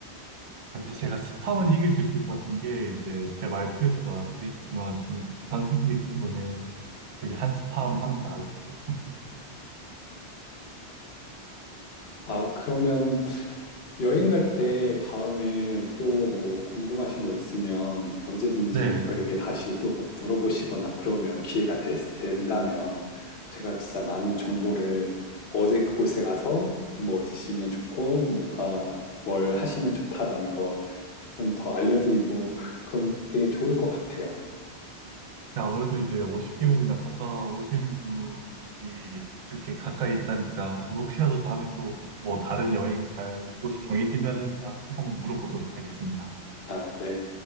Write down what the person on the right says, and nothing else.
근데 제가 습함은 이길 수 있을 것 같은 게, 이제 제 말투에서도 아시겠지만, 저는 부산 출신이기 때문에, 여기 한스팜 합니다. 아직도.
네.
아무래도 이제 50개국이나 갔다 오신 분이 이렇게 가까이 있다니까 저도 혹시라도 다음에 또 뭐 다른 여행 갈 곳이 정해지면은 제가 꼭 한번 물어보도록 하겠습니다.